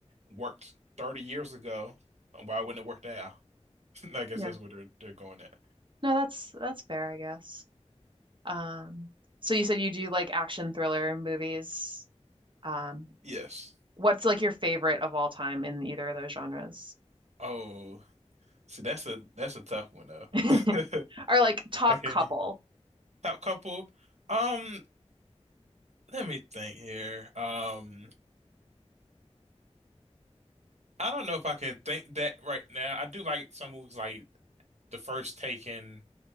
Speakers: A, on the right (about 70°); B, on the right (about 45°).
A: worked 30 years ago, why wouldn't it work now? <laughs> I guess
B: yeah.
A: that's where they're they're going at.
B: No, that's that's fair, I guess. Um so you said you do like action thriller movies. Um
A: Yes.
B: what's like your favorite of all time in either of those genres?
A: Oh, see, that's a that's a tough one though.
B: <laughs>
A: <laughs>
B: Or like top
A: I can't.
B: couple.
A: e- Top couple. Um, let me think here. Um, I don't know if I can think that right now. I do like some movies like The First Taken.